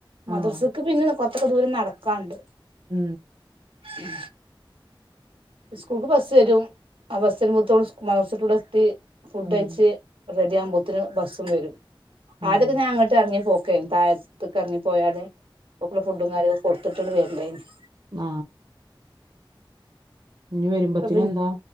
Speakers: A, on the right; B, on the right.
A: മദ്രസക്
B: ആഹ്
A: പിന്നെ കോർച്ചൊക്കെ ദൂരം നട് കാണ്ട്
B: മ്
A: മ് സ്കൂൾ ക് ബസ്സ് വരും ആ ബസ്സ് മൂത്ത മദ്രസ വിട്ട് ഇവിടെ എത്തി ഫുഡ്‌
B: ഉം
A: കഴിച്ചി റെഡി ആവുമ്പോത്തേക് ബസ് വരും
B: ഉം
A: ആദ്യകെ ഞാൻ അങ്ങട്ട് ഇറങ്ങി പോ <unintelligible> തായത്ക് ഇറങ്ങി പോയാൽ ഓക് ള്ള ഫുഡ് കാര്യങ്ങൾ കൊട് തിട്ട് <unintelligible>
B: മ ഇഞ്ഞി വരുമ്പോത്തിനും
A: ഇപ്പ പിൻ
B: ന്താ